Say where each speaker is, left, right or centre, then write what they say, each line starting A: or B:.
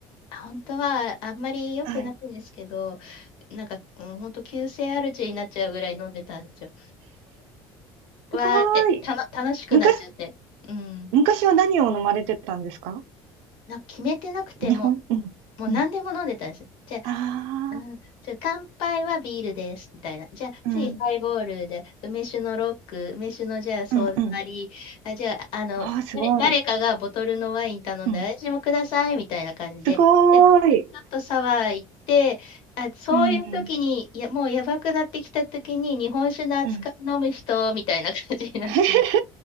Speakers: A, on the left; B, on the right.
A: 本当はあんまり良くないんですけど、
B: はい。
A: なんか、うん、本当急性アルチになっちゃうぐらい飲んでたんですよ。わーって、
B: すごーい。
A: たの、楽しくなっちゃって。
B: 昔、
A: うん。
B: 昔は何を飲まれてたんですか
A: な、決めてなくても、
B: 日本うん。
A: もう何でも飲んでたんですよ。
B: うん。
A: じゃあ、
B: あ
A: うん、じゃあ乾杯はビールです、みたいな。じゃあ、
B: あ、
A: 次ハイボールで、
B: うん。
A: 梅酒のロック、梅酒のじゃあソーダ割り、
B: うん、うん。
A: あ、じゃあ、あの、
B: ああ、すごい。
A: 誰、誰かがボトルのワイン頼んで、
B: うん。
A: 私もください、みたいな感じで、
B: すごーい。
A: で、でちょっとサワー行って、あ、そういう時に、
B: うん。
A: いや、もうやばくなってきた時に、日本酒の扱い飲む人、
B: うん。
A: みたいな感じになって、
B: <laughs>